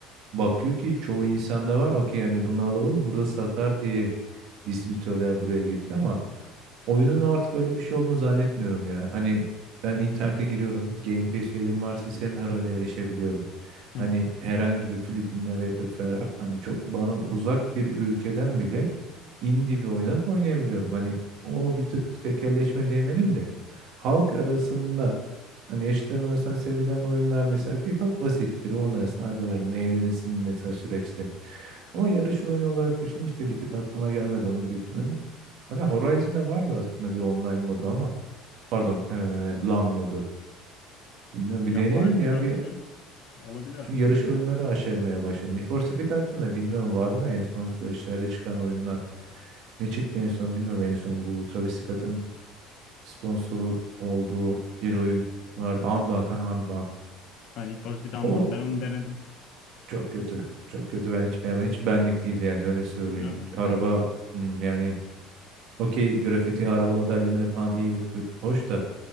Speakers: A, on the right; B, on the left.
A: bakıyor ki çoğu insanda var okey yani bunu alalım burada satar diye distribütörler buraya getiriyor ama oyunun artık öyle bir şey olduğunu zannetmiyorum ya. Hani ben internete giriyorum Game Pass üyeliğim varsa istediğim her oyuna erişebiliyorum.
B: Hı
A: Hani
B: hı.
A: herhangi bir Filipinler veya da Ferah hani çok bana uzak bir ülkeden bile indie bir oyunu oynayabiliyorum. Hani o bir tık tekelleşme demeyelim de halk arasında hani yaşıtlarım arasında sevilen oyunlar mesela FIFA basittir. Onun arasında arkalarında eğlenirsin mesela süreçte. Ama yarış oyunu olarak düşünmüş de bir tık aklıma gelmedi onu bir benim. Hani Horizon'da vardı aslında bir online modu ama pardon eee LAN modu. Bilmiyorum bir
B: Ya
A: deneyelim
B: varsa
A: ya bir
B: bile olabilir aslında.
A: çünkü yarış oyunları aşermeye başladım. Need for Speed hakkında bilmiyorum var mı en son süreçlerde çıkan oyunlar. Ne çıktı en son bilmiyorum en son bu Travis Scott'ın sponsoru olduğu bir oyun vardı. Unbound
B: Hadi.
A: ha Unbound.
B: Hani Need for Speed Unbound.
A: O
B: Ben onu denedim.
A: çok kötü. Çok kötü ben hiç beğenmedim. Hiç benlik değil yani öyle söyleyeyim.
B: Öyle mi?
A: Araba hmm, yani okey grafiti araba modellemede falan iyi yok kötü. Hoş da